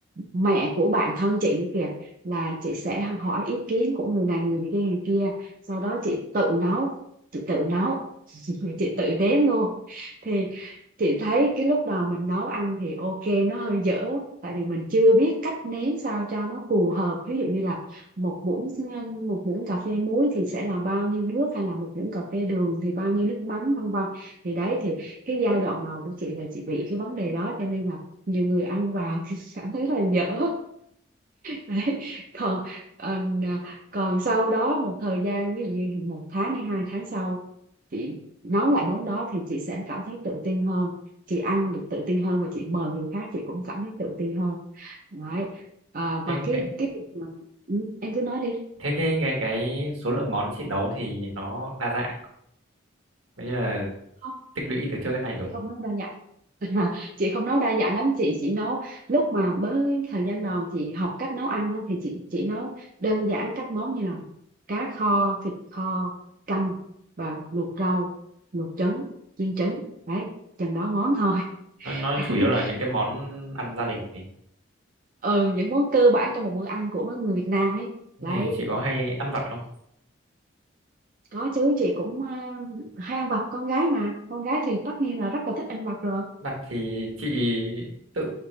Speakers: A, on the right (about 40°); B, on the right (about 80°).
A: mẹ của bạn thân chị nữa kìa là chị sẽ hỏi ý kiến của người này người kia người kia sau đó chị tự nấu chị tự nấu <laughs> chị tự đếm luôn thì chị thấy cái lúc đầu mình nấu ăn thì ok nó hơi dở tại vì mình chưa biết cách nếm sao cho nó phù hợp ví dụ như là một muỗng một muỗng cà phê muối thì sẽ là bao nhiêu nước hay là một muỗng cà phê đường thì bao nhiêu nước mắm vân vân thì đấy thì cái giai đoạn đầu của chị là chị bị cái vấn đề đó cho nên là nhiều người ăn vào <laughs> thì cảm thấy là dở Đấy. còn ờ, còn sau đó một thời gian ví dụ như một tháng hay hai tháng sau chị nấu lại món đó thì chị sẽ cảm thấy tự tin hơn chị ăn được tự tin hơn và chị mời người khác chị cũng cảm thấy tự tin hơn Đấy. À, và
B: thế
A: cái
B: cái
A: cái việc mà- ừ, em cứ nói đi
B: thế cái cái cái số lượng món chị nấu thì nó đa dạng có nghĩa là
A: không
B: tích lũy từ trước đến nay rồi
A: chị không nói đâu nhỉ <laughs> À, chị không nấu đa dạng lắm chị chỉ nấu lúc mà mới thời gian đầu chị học cách nấu ăn á, thì chị chỉ nấu đơn giản các món như là cá kho thịt kho canh và luộc rau luộc trứng chiên trứng đấy chừng đó món thôi
B: Nó nó
A: <laughs> Đấy.
B: chủ yếu là những cái món ăn gia đình ấy.
A: ừ những món cơ bản trong một bữa ăn của người Việt Nam ấy
B: Thế
A: đấy
B: Thì chị có hay ăn vặt không?
A: có chứ chị cũng ờ, hay ăn vặt con gái mà con gái thì tất nhiên là rất là thích ăn vặt rồi
B: Vặt thì chị tự